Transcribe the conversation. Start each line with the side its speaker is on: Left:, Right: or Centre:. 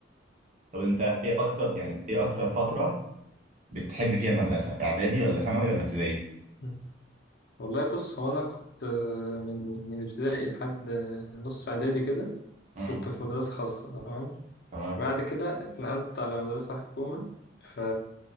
Right: طب انت ايه اكتر يعني ايه اكتر فترة بتحب فيها المدرسة اعدادي ولا ثانوي ولا ابتدائي؟
Left: مم. والله بص هو أنا كنت من من ابتدائي لحد نص إعدادي كده
Right: مم.
Left: كنت في مدرسة خاصة تمام
Right: تمام
Left: بعد كده اتنقلت على مدرسة حكومة ف...